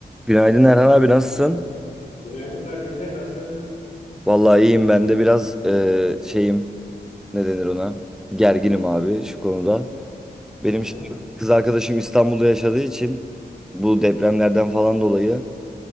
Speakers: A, in the centre; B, on the left.
A: Günaydın Erhan abi nasılsın?
B: Günaydın kardeşler, nasılsın?
A: Vallahi iyiyim ben de biraz eee, şeyim ne denir ona? Gerginim abi şu konuda. Benim
B: Hı hı,
A: şimdi kız arkadaşım İstanbul'da yaşadığı için bu depremlerden falan dolayı